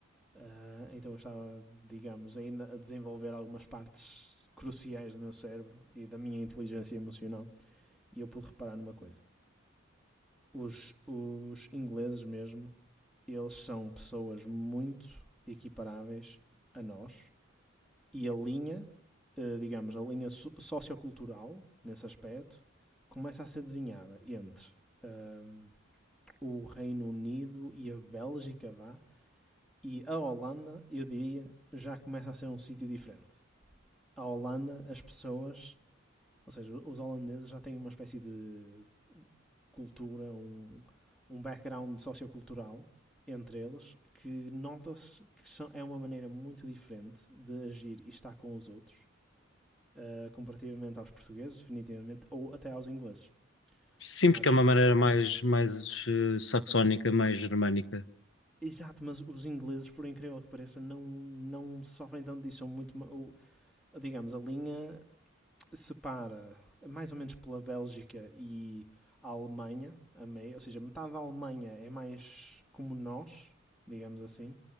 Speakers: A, in the centre; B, on the left.
A: Ah, então eu estava, digamos, ainda a desenvolver algumas partes cruciais do meu cérebro e da minha inteligência emocional. E eu pude reparar numa coisa: os, os ingleses, mesmo, eles são pessoas muito equiparáveis a nós e a linha, eh, digamos, a linha so- sociocultural nesse aspecto começa a ser desenhada entre ahm, o Reino Unido e a Bélgica, vá, e a Holanda, eu diria, já começa a ser um sítio diferente. à Holanda as pessoas, ou seja, os holandeses já têm uma espécie de cultura, um, um background sociocultural entre eles que nota-se que são, é uma maneira muito diferente de agir e estar com os outros uh, comparativamente aos portugueses, definitivamente, ou até aos ingleses.
B: Sim,
A: Acho
B: porque é uma
A: que.
B: maneira mais, mais eh, saxónica, mais germânica.
A: Exato, mas os ingleses, por incrível que pareça, não, não sofrem tanto disso. São muito. ma- Digamos, a linha separa mais ou menos pela Bélgica e a Alemanha, a meio, ou seja, metade da Alemanha é mais como nós, digamos assim,